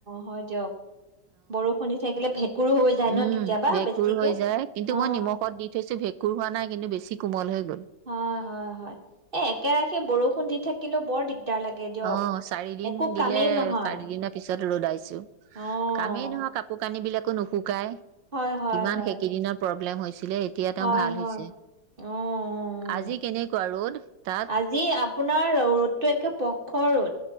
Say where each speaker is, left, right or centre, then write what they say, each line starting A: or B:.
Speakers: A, on the right; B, on the right.
A: হয় দিয়ক। বৰষুণ দি থাকিলে ভেঁকুৰো হৈ যায় ন
B: উম
A: কেতিয়াবা
B: ভেঁকুৰ
A: বেছিকে।
B: হৈ যায় কিন্তু
A: অ',
B: মই নিমখত দি থৈছো ভেঁকুৰ হোৱা নাই কিন্তু বেছি কোমল হৈ গ'ল।
A: হয় হয় হয় এ একেৰাখে বৰষুণ দি থাকিলেও বৰ দিগদাৰ লাগে দিয়ক
B: অ চাৰিদিন
A: একো
B: দিলে
A: কামেই নহয়।
B: চাৰিদিনৰ <unintelligible>
A: অ',
B: কামেই নহয় কাপোৰ কানি বিলাক একো নুশুকাই।
A: হয়, হয়,
B: কিমান
A: হয়,
B: সেইকেইদিননৰ প প্ৰব্লেম হৈছে দে এতিয়া তেওঁ
A: হয়,
B: ভাল
A: হয়,
B: হৈছে
A: অ', অ',
B: আজি
A: অ'।
B: কেনেকুৱা ৰ'দ? তাত
A: আজি আপোনাৰ ৰ ৰ'দতটো একে পখৰ ৰ'দ।